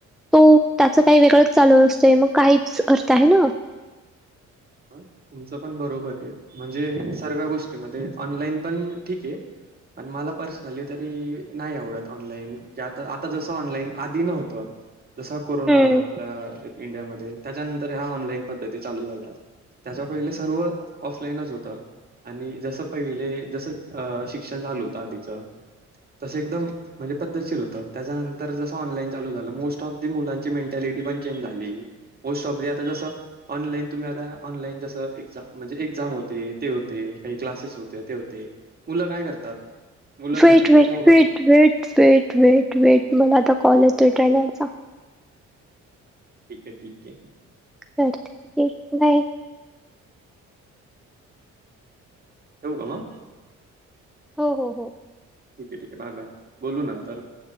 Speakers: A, in the centre; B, on the right.
A: तो त्याच काही वेगळंच चालू असतोय मग काहीच अर्थ आहे ना.
B: ह तुमचं पण बरोबर आहे म्हणजे सर्व्या गोष्टीमध्ये ऑनलाईन पण ठीक आहे. पण मला पर्सनली तरी नाही आवडत ऑनलाईन की आता आता जसं ऑनलाईन आधी न होतं. जस कोरोना
A: हम्म
B: आला आपल्या इंडियामध्ये त्याच्यानंतर ह्या ऑनलाईन पद्धती चालू झाल्या. त्याच्या पहिले सर्व ऑफलाईनच होतं. आणि जस पहिले जस अ शिक्षण झाल होतं आधीचं. तसं एकदम म्हणजे पद्धतशीर होतं त्याच्यानंतर जसं ऑनलाईन चालू झालं मोस्ट ऑफ द मुलां मेंटॅलिटी पण चेंज झाली मोस्ट ऑफ आता जस ऑनलाईन तुम्ही आता ऑनलाइन जसं एक्झाम म्हणजे एक्झाम होते ते होते काही क्लासेस होते ते होते मुलं काय करतात. मुलं काही
A: वेट
B: नाही
A: वेट
B: एक मोबाईल
A: फेट वेट वेट वेट वेट मला आता कॉल येतोय ट्रेनरचा
B: ठीक आहे ठीक आहे.
A: चल ठीक आहे बाय.
B: ठेवू का मग
A: हो हो हो.
B: ठीक आहे ठीक आहे बाय बाय बोलू नंतर